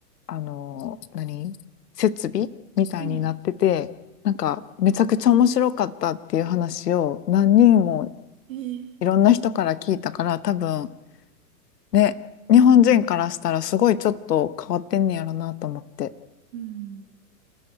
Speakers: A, on the left (about 70°); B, on the right (about 50°).
A: あの、何設備みたいになってて、
B: うん。
A: なんか、めちゃくちゃ面白かったっていう話を何人も
B: えー、
A: いろんな人から聞いたから、多分、ね、日本人からしたらすごいちょっと変わってんねやろなと思って。
B: あ、うん。うん。